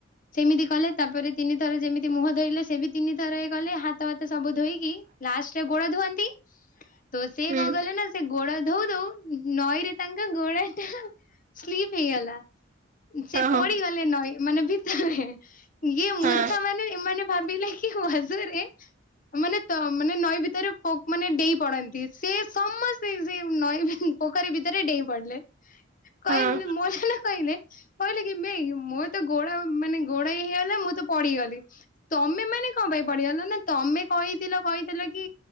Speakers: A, on the left; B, on the right.
A: ସେମିତି କଲେ ତାପରେ ତିନି ଥର ଯେମିତି ମୁହଁ ଧୋଇଲେ ସେ ବି ତିନିଥର ଇଏ କଲେ ହାତ ଭାତ ସବୁ ଧୋଇକି ଲାଷ୍ଟରେ ଗୋଡ ଧୁଅନ୍ତି ତ ସିଏ
B: ହୁଁ
A: କଣ କଲେ ନା ଗୋଡ ଧୋଉ ଧୋଉ ନଈ ରେ ତାଙ୍କ ଗୋଡ ଟା ସ୍ଲିପ ହେଇଗଲା। ସେ
B: ହଁ
A: ପଡିଗଲେ ନଈ ମାନେ ଭିତରେ ଇଏ ମୁର୍ଖା
B: ହଁ
A: ମାନେ ଏମାନେ ଭାବିଲେ କି ହୁଆଜରେ ମାନେ ତ ମାନେ ନଈ ଭିତରେ ପ ମାନେ ଡେଇ ପଡନ୍ତି ସେ ସମସ୍ତେ ସେ ନଈ ଭି ପୋଖରୀ ଭିତରେ ଡେଇଁ ପଡିଲେ। କହିଲେ
B: ହଁ
A: ମଉଜାନା କହିଲେ କହିଲେ କି ନାଇଁ ମୋର ତ ଗୋଡା ମାନେ ଗୋଡା ଇଏ ହେଇଗଲା ମୁଁ ତ ପଡ଼ି ଗ ପଡି ଗଲି ତମେ ମାନେ କଣ ପାଇଁ ପଡିଗଲା ନା ତମେ କହିଥିଲ କହିଥିଲ କି